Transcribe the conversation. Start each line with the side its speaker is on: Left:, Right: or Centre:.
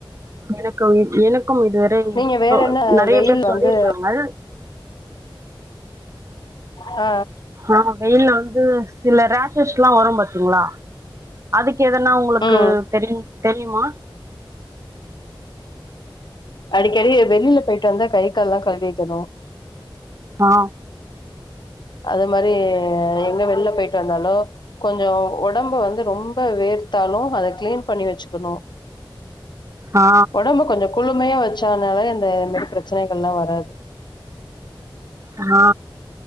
Right: ஏன <unintelligible> எனக்கும் இதுவரை
Left: நீங்க வேற
Right: சொ
Left: என்ன
Right: நறைய
Left: வெயில்
Right: பேர் சொல்லிருக்காங்கள்
Left: வந்து ஆ
Right: அ வெயில்ல வந்து சில ரேஷஸ்லா வரு பாத்தீங்ளா அதுக்கு எதனா உங்குளுக்கு
Left: ம்
Right: தெரிஞ் தெரியுமா
Left: அடிக்கடி வெளில போய்ட்டு வந்தா கை கால் எல்லா கழுவிக்கணு
Right: ஆ
Left: அது மாரி எங்க வெள்ல பேயிட்டு வந்தாலு கொஞ்சோ ஒடம்பு வந்து ரொம்ப வேர்த் தாலு அத க்ளீன் பண்ணி வெச்சிக்கனு
Right: ஆ
Left: ஓடம்பு கொஞ்சோ குழுமயா வெச்சனாவே இந்த இது மாரி பிரச்சனைகல்லா வராது
Right: ஆ